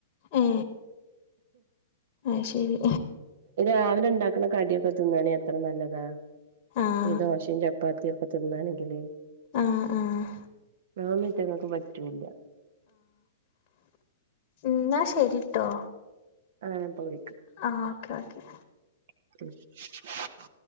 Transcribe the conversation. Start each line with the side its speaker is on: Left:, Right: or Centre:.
Left: ഏ അയ്ശരി
Right: രാവിലിണ്ടാക്ക്‌ണ കടിയൊക്കെ തിന്നാണെ അത്ര നല്ലതാ
Left: ആഹ്
Right: ഈ ദോശേം ചപ്പാ പ്പാത്തിയൊക്കെ തിന്നാണെങ്കില്
Left: ആഹ് ആഹ്
Right: ന്നാ ഇയ്റ്റേങ്ങൾക്ക് പറ്റൂല്ല
Left: ഇന്നാ ശരിട്ടോ
Right: ആഹ് ഞാൻ ഇപ്പൊ വിളിക്കാ
Left: ആ ഓക്കെ ഓക്കെ
Right: ഉം